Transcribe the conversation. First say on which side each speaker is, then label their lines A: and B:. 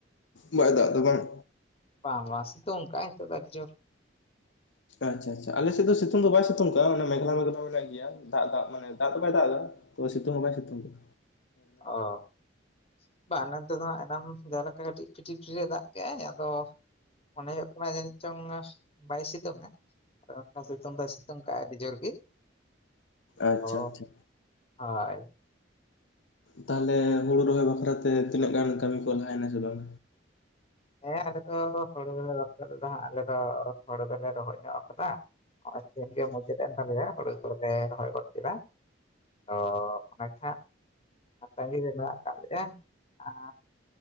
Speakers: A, on the left; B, on the left.
A: ᱵᱟᱭ ᱫᱟᱜ ᱮᱫᱟ ᱵᱟᱝ?
B: ᱵᱟᱝ ᱵᱟᱝ ᱥᱤᱛᱳᱝ ᱠᱟᱫ-ᱟᱭ ᱱᱤᱛ ᱫᱚ ᱟᱹᱰᱤ ᱡᱳᱨ,
A: ᱟᱪᱪᱷᱟ ᱟᱪᱪᱷᱟ ᱟᱞᱮ ᱥᱮᱫ ᱫᱚ ᱥᱤᱛᱩᱝ ᱫᱚ ᱵᱟᱭ ᱥᱤᱛᱩᱝ ᱠᱟᱜᱼᱟ ᱢᱮᱜᱷᱟᱞᱟ ᱢᱮᱜᱷᱞᱟ ᱢᱮᱱᱟᱜ ᱜᱮᱭᱟ ᱫᱟᱜ ᱫᱟᱜ ᱢᱟᱱᱮ ᱫᱟᱜ ᱫᱚ ᱵᱟᱭ ᱫᱟᱜ ᱮᱫᱟ, ᱛᱚ ᱥᱤᱛᱩᱝ ᱦᱚᱸ ᱵᱟᱭ ᱥᱤᱛᱩᱝ ᱞᱮᱫ,
B: ᱚ ᱵᱟᱝ ᱱᱚᱱᱛᱮ ᱫᱚ ᱦᱟᱸᱜ ᱮᱱᱟᱝ ᱡᱟᱦᱟᱸ ᱞᱮᱠᱟ ᱠᱟᱹᱴᱤᱡ ᱯᱷᱤᱴᱤᱨ ᱯᱷᱤᱴᱤᱨ-ᱮ ᱫᱟᱜ ᱠᱮᱫ ᱠᱮᱫᱟᱭ ᱟᱫᱚ, ᱢᱚᱱᱮ ᱦᱳᱭᱳᱜ ᱠᱟᱱᱟ ᱡᱟᱱᱡ ᱪᱚᱝ ᱵᱟᱭ ᱥᱤᱛᱳᱝᱼᱟ, ᱟᱨ ᱚᱱᱠᱟ ᱥᱤᱛᱩᱝ ᱫᱚᱭ ᱥᱤᱛᱩᱝ ᱠᱟᱜ-ᱟᱭ ᱟᱹᱰᱤ ᱡᱳᱨ ᱜᱤ,
A: ᱟᱪᱪᱷᱟ
B: ᱦᱚ
A: ᱟᱪᱪᱷᱟ
B: ᱦᱚᱭ,
A: ᱛᱟᱦᱚᱞᱮ ᱦᱩᱲᱩ ᱨᱚᱦᱚᱭ ᱵᱟᱠᱷᱨᱟ ᱛᱮ ᱛᱤᱱᱟᱹᱜ ᱜᱟᱱ ᱠᱟᱹᱢᱤ ᱠᱚ ᱞᱟᱦᱟᱭᱮᱱᱟ ᱥᱮ ᱵᱟᱝ?
B: ᱦᱮᱸ ᱟᱞᱮ ᱫᱚ ᱦᱳᱲᱳ ᱫᱚ ᱱᱤᱛᱳᱜ ᱫᱚ ᱦᱟᱸᱜ ᱟᱞᱮ ᱫᱚ ᱦᱳᱲᱳ ᱫᱚᱞᱮ ᱨᱚᱦᱚᱭ ᱧᱚᱜ ᱠᱟᱫᱟ, ᱱᱚᱜ-ᱚᱭ ᱛᱮᱦᱮᱧ ᱜᱮ ᱢᱩᱪᱟᱹᱫ ᱮᱱ ᱛᱟᱞᱮᱭᱟ ᱦᱳᱲᱳ ᱠᱚᱞᱮ ᱢᱩᱪᱟᱹᱫ ᱜᱚᱫ ᱠᱮᱫ-ᱟ᱾ ᱛᱚ ᱚᱱᱟᱜᱮ ᱦᱟᱸᱜ ᱛᱟᱺᱜᱤ ᱨᱮ ᱢᱮᱱᱟᱜ ᱟᱠᱟᱫ ᱞᱮᱭᱟ ᱟᱨ,